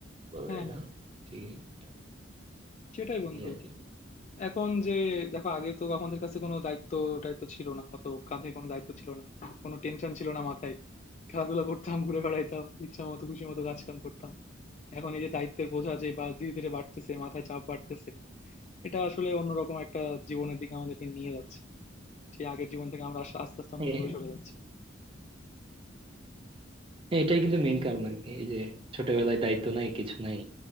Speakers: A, on the right (about 30°); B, on the left (about 35°).
A: বলা
B: হ্যাঁ
A: যায়
B: হ্যাঁ
A: না ঠিকই এটা
B: সেটাই বন্ধু
A: নিয়ে আর কি
B: এখন যে দেখো আগে তো আমাদের কাছে কোনো দায়িত্ব টাইত্ব ছিল না অত কাঁধে কোনো দায়িত্ব ছিল না কোনো টেনশন ছিল না মাথায় খেলাধুলা করতাম ঘুরে বেড়াইতাম ইচ্ছা মতো খুশি মতো কাজ কাম করতাম এখন এই যে দায়িত্বের বোঝা যে বা ধীরে ধীরে বাড়তেছে মাথায় চাপ বাড়তেছে এটা আসলে অন্যরকম একটা জীবনের দিকে আমাদেরকে নিয়ে যাচ্ছে সেই আগের জীবন থেকে আমরা আস- আস্তে আস্তে অনেক
A: এ-
B: দূরে সরে যাচ্ছি
A: এটাই কিন্তু মেইন কারণ আর কি এই যে ছোটবেলায় দায়িত্ব নাই কিছু নাই